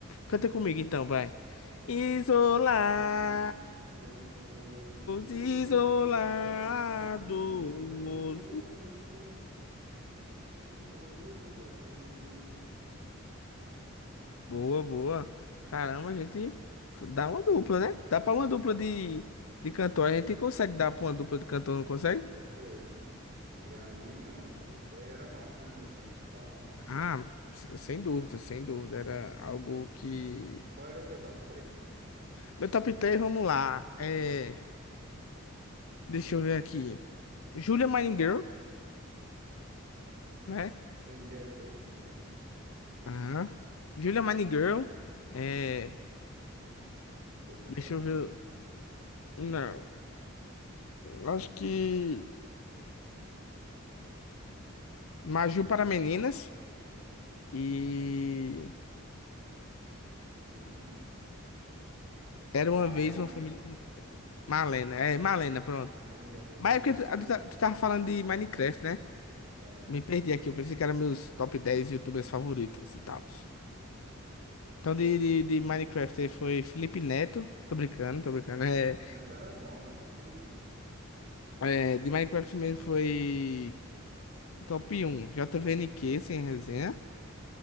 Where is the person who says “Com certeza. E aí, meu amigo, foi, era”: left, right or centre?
Right